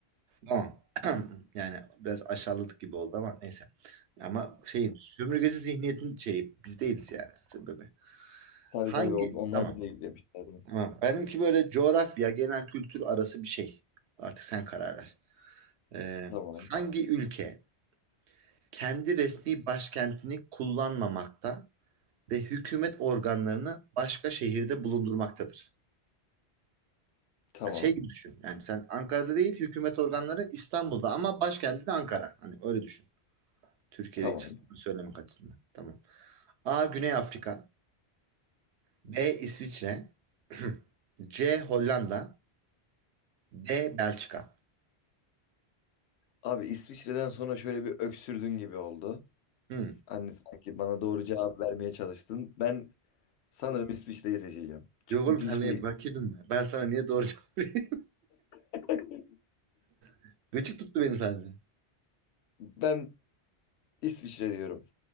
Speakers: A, on the right; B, on the left.
A: Tamam. <clears throat> Yani biraz aşağıladık gibi oldu ama neyse. Ama şey sömürgeci zihniyetin şeyi biz değiliz yani sebebi.
B: Tabii
A: Hangi?
B: tabii. on- Onlar
A: Tamam.
B: bize yüklemişler bunu.
A: Tamam. Benimki böyle coğrafya, genel kültür arası bir şey. Artık sen karar ver. Ee,
B: Tamam.
A: hangi ülke kendi resmi başkentini kullanmamakta ve hükümet organlarını başka şehirde bulundurmaktadır.
B: Tamam.
A: Yani şey gibi düşün. Yani sen Ankara'da değil, hükümet organları İstanbul'da ama başkenti de Ankara. Hani öyle düşün. Türkiye'de
B: Tamam.
A: hiç söylemek açısından. Tamam. A. Güney Afrika. B. İsviçre. <clears throat> <laughs> C. Hollanda. D. Belçika.
B: Abi İsviçre'den sonra şöyle bir öksürdün gibi oldu.
A: Hmm.
B: Hani sanki bana doğru cevap vermeye çalıştın. Ben sanırım İsviçre'yi seçeceğim. Çünkü
A: Yok oğlum senle
B: hiçbir bilgim.
A: rakibim mi? Ben sana niye doğru cevap vereyim?
B: <laughs>
A: <laughs> Gıcık tuttu beni sadece.
B: Ben İsviçre diyorum.